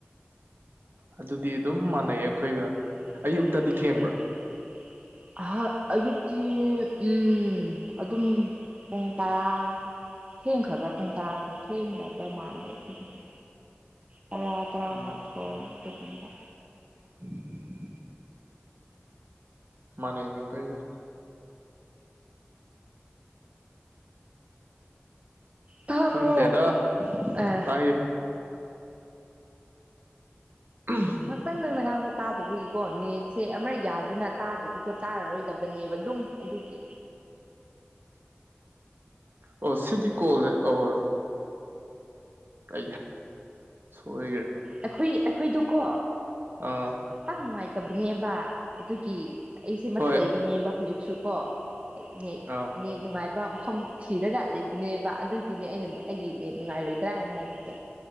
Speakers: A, on the right; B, on the right.
A: ꯑꯗꯨꯗꯤ ꯑꯗꯨꯝ ꯃꯥꯟꯅꯩ ꯑꯩꯈꯣꯏꯒ
B: <unintelligible>
A: ꯑꯌꯨꯛꯇꯗꯤ ꯊꯦꯡꯕ꯭ꯔꯥ
B: ꯑꯍ ꯑꯌꯨꯛꯀꯤ ꯎꯝ꯫ ꯑꯗꯨꯝ ꯄ ꯨꯡ ꯇꯔꯥ ꯊꯦꯡꯈ꯭ꯔꯕ꯭ꯔ ꯄꯨꯡ ꯇꯔꯥꯁꯦ ꯊꯦꯡꯗꯕ ꯃꯥꯜꯂꯦ ꯑꯩꯈꯣꯏꯗꯥꯗꯤ ꯇꯔꯥ ꯇꯔꯥꯃꯥꯊꯣꯏ
A: ꯎꯝ
B: ꯑꯗꯨꯒꯨꯝꯕ꯫
A: <inaudible> ꯃꯥꯅꯦꯈꯣꯏꯒ
B: ꯇꯥꯕ꯭ꯔꯣ
A: ꯈꯪꯗꯦꯗ
B: ꯑꯦ
A: ꯇꯥꯏꯌꯦꯦ ꯎꯝ꯫
B: ꯉꯥꯏꯍꯥꯛꯇꯪ ꯅꯪꯅ ꯉꯥꯡꯕ ꯇꯥꯗꯕꯒꯤꯀꯣ ꯅꯦꯠꯁꯦ ꯑꯃꯔꯛ ꯌꯥꯗꯅ ꯇꯥꯗ꯭ꯔꯗꯤꯀꯣ ꯇꯥꯔꯔꯣꯏꯗꯕꯅꯦꯕ ꯑꯗꯨꯝ ꯑꯗꯨꯒꯤ꯫
A: ꯑꯣ ꯁꯤꯒꯤ ꯀꯣꯜꯁꯦ ꯑꯧ꯫ ꯀ ꯁꯣꯏꯒꯔꯦ
B: ꯑꯩꯈꯣꯏ-ꯑꯩꯈꯣꯏꯗꯀꯣ
A: ꯑꯥ
B: ꯇꯪ ꯅꯨꯡꯉꯥꯏꯇꯕꯅꯦꯕ ꯑꯗꯨꯒꯤ ꯑꯩꯁꯦ ꯃꯊꯛ
A: ꯍꯣꯏ
B: ꯂꯩꯕꯅꯦꯕ ꯍꯧꯖꯤꯛꯁꯨꯀꯣ ꯅꯦꯠ
A: ꯑꯥ
B: ꯅꯦꯠ ꯅꯨꯡꯉꯥꯏ꯫ ꯏ ꯃꯐꯝ ꯊꯤꯔꯒ ꯂꯩꯕꯅꯦꯕ ꯑꯗꯨꯒꯤꯅꯦ ꯑꯩꯅ ꯑꯩꯒꯤ ꯅꯦꯠ ꯅꯨꯡꯉꯥꯏꯔꯤꯕꯔꯥ ꯍꯥꯏꯅ ꯍꯥꯏꯕꯁꯦ